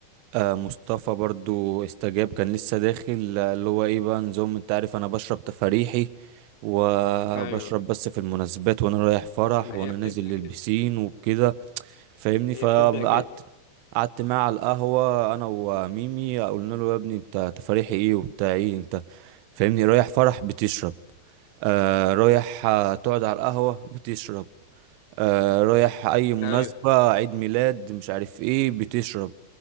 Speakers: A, on the right; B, on the left.
A: آه مصطفى برضو استجاب كان لسه داخل آه، اللي هو ايه بقى نظام انت عارف انا بشرب تفاريحي وبشرب
B: ايوه
A: بس في المناسبات وانا رايح فرح
B: ما
A: وانا
B: هي بتبدأ
A: نازل للبسين
B: كده
A: وبكده فاهمني
B: هي
A: فقعدت
B: بتبدأ كده
A: قعدت معاه على القهوة انا وميمي قلنا له يا ابني انت تفاريحي ايه وبتاع ايه انت فاهمني رايح فرح بتشرب آه رايح آه، تقعد على القهوة بتشرب آه رايح اي مناسبة
B: ايوه
A: عيد ميلاد مش عارف ايه بتشرب